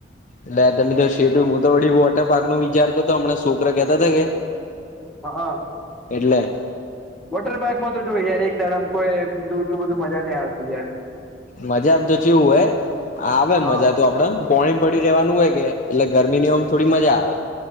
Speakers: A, on the left (about 40°); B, in the centre.
A: એટલે તમે તો શેટુ મુ તો વડી વોટર પાર્ક નું વિચારતો તો હમણાં શોકરા કેહતા હતા કે
B: હ.
A: એટલે.
B: વોટર પાર્કમાં તો જો યાર એક દાડામ કોઈ બીજુ એટલું બધું મજા ન આવતી યાર.
A: મજામ તો ચેવું હોય આવે
B: હા
A: મજા તો આપડન. પોણીમ પડી રેવાનું હોય કે એટલે ગરમીની ઓમ થોડી મજા આવે.